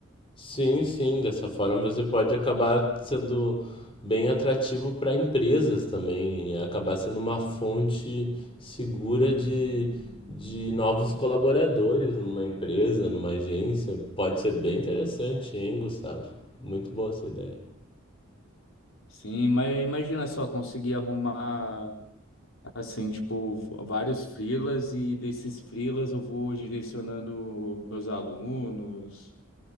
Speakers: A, on the left (about 25°); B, on the left (about 75°).
A: Sim, sim, dessa forma você pode acabar sendo bem atrativo para empresas também, e acabar sendo uma fonte segura de, de novos colaboradores numa empresa, numa agência. Pode ser bem interessante, hein, Gustavo? Muito boa essa ideia.
B: Sim, mas imagina só, conseguir arrumar, assim, tipo, vários freelas e desses freelas eu vou direcionando meus alunos.